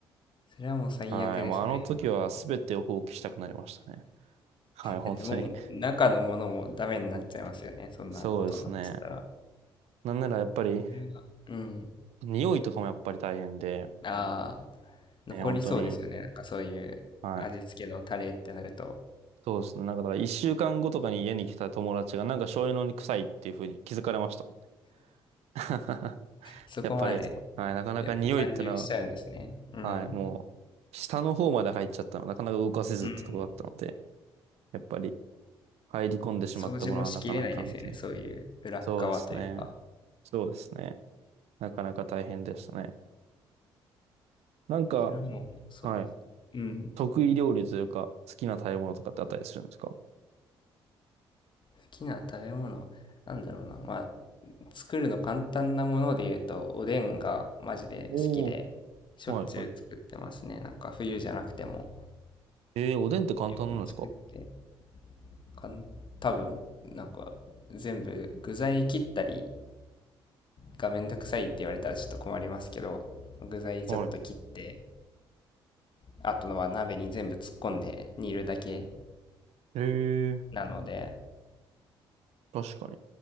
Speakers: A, on the left; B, on the right.
A: それはもう最悪ですね。
B: はい、もうあの時は全てを放棄したくなりましたね。はい、本当に。
A: だってもう中のものもダメになっちゃいますよね。
B: うん
A: そんなことになっちゃったら。
B: そうですね。なんならやっぱり、
A: それはうん。
B: 匂いとかもやっぱり大変で、
A: ああ、残りそうですよね。
B: ね、本当に、
A: なんかそういう味付けのタレってなると、
B: はい。そうですね。なんか、だから一週間後とかに家に来た友達が、なんか醤油のに臭いっていう風に気づかれましたもんね。<laughs>
A: そこまで
B: やっぱり、はい、なかなか匂いっての
A: やっぱ残留しちゃうんですね。うん。
B: は、はい、もう、下の方まで入っちゃったの、なかなか動かせずってとこだったので、
A: うん。
B: やっぱり、入り込んでしまったものはなかなか、
A: 掃除もしきれないですよね。
B: みたいな。
A: そういう裏っ側というか。
B: そうですね。そうですね。なかなか大変でしたね。なんか、
A: それはもうそうです。
B: はい、
A: うん。
B: 得意料理というか、好きな食べ物とかってあったりするんですか
A: 好きな食べ物、なんだろうな。まあ、作るの簡単なもので言うと、おでんがマジで好きで、
B: おは
A: しょっちゅう作ってますね。
B: いはい。
A: なんか冬じゃなくても。
B: えー、おでんって簡単なんですか
A: よく作って、かん、多分、なんか全部具材切ったりがめんどくさいって言われたらちょっと困りますけど、具材ちょっと切って、
B: はい。
A: あとは鍋に全部突っ込んで煮るだけ
B: えー、
A: なので、
B: 確かに。